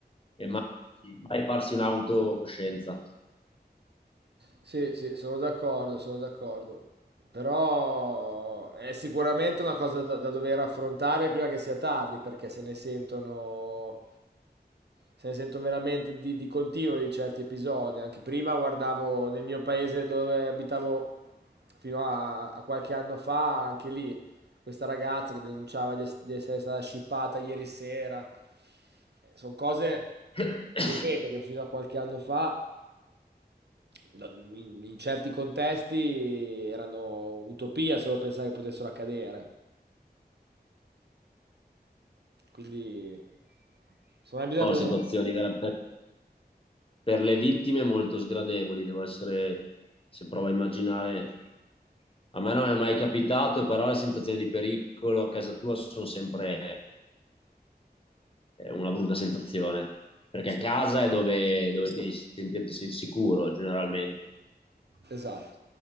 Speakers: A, on the left (about 35°); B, on the right (about 80°).
A: e mai, mai farsi un'autocoscienza.
B: Sì, sì, sono d'accordo, sono d'accordo. Però è sicuramente una cosa da, da dover affrontare prima che sia tardi, perché se ne sentono, se ne sentono veramente di, di continuo di certi episodi. Anche prima guardavo nel mio paese dove abitavo fino a, a qualche anno fa, anche lì, questa ragazza che denunciava di, es- di essere stata scippata ieri sera. Sono cose,
A: <coughs> <laughs>
B: ripeto, che fino a qualche anno fa No, in, in certi contesti erano utopia solo pensare che potessero accadere. Quindi, secondo me bisogna
A: No,
B: prendere...
A: situazioni
B: un-
A: vera- per le vittime molto sgradevoli, devo essere, se provo a immaginare, a me non è mai capitato, però le sensazioni di pericolo a casa tua sono sempre eh, una brutta sensazione, perché
B: Sì,
A: a casa è dove, dove devi sentirti sicuro generalmente.
B: esatto.